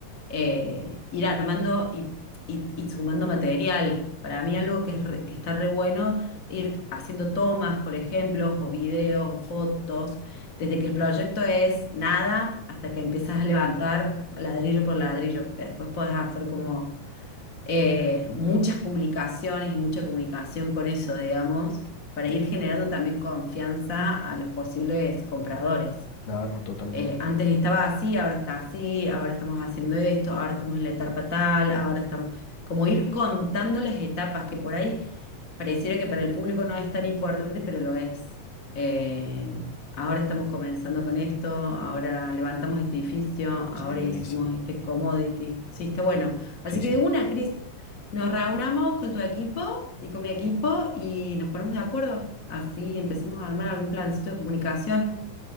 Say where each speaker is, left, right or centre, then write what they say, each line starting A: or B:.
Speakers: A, on the left; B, on the left.
A: eh, ir armando y, y- y sumando material. Para mí algo que, es re- que está re bueno, ir haciendo tomas, por ejemplo, o videos, o fotos, desde que el proyecto es nada hasta que empiezas a levantar ladrillo por ladrillo, porque después podés hacer como eh, muchas publicaciones y mucha comunicación con eso, digamos, para ir generando también confianza a los posibles compradores
B: Claro, totalmente.
A: eh, antes estaba así, ahora está así, ahora estamos haciendo esto, ahora estamos en la etapa tal, ahora estamos, como ir contando las etapas que por ahí pareciera que para el público no es tan importante, pero lo es. Eh, ahora estamos comenzando con esto, ahora levantamos este edificio, ahora
B: sí, buenísimo.
A: hicimos este commodity. Sí, está bueno. Así
B: Sí, sí.
A: que de una, Cris, nos reunamos con tu equipo y con mi equipo y nos ponemos de acuerdo. Así empecemos a armar algún plancito de comunicación.